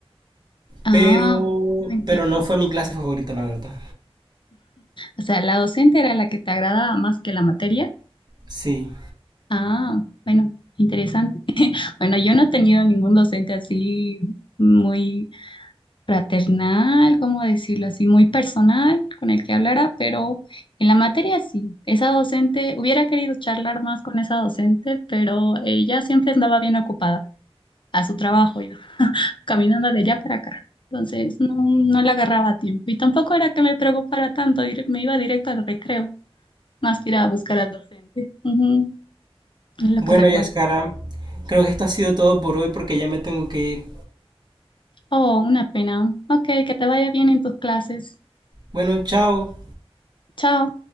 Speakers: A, on the left; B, on the right.
A: Ah,
B: Pero,
A: no entiendo.
B: pero no fue mi clase favorita, la verdad.
A: O sea, la docente era la que te agradaba más que la materia.
B: Sí.
A: Ah, bueno, interesante. <laughs> Bueno, yo no he tenido ningún docente así muy fraternal, como decirlo así, muy personal con el que hablara, pero en la materia sí. Esa docente, hubiera querido charlar más con esa docente, pero ella siempre andaba bien ocupada a su trabajo, iba caminando de allá para acá. Entonces no, no la agarraba a tiempo. Y tampoco era que me preocupara tanto, dire- me iba directo al recreo, más que ir a buscar al docente. Ujú, Es lo
B: Bueno,
A: que recuerdo.
B: Yaskara, creo que esto ha sido todo por hoy porque ya me tengo que ir.
A: Oh, una pena. Ok, que te vaya bien en tus clases.
B: Bueno, chao.
A: Chao.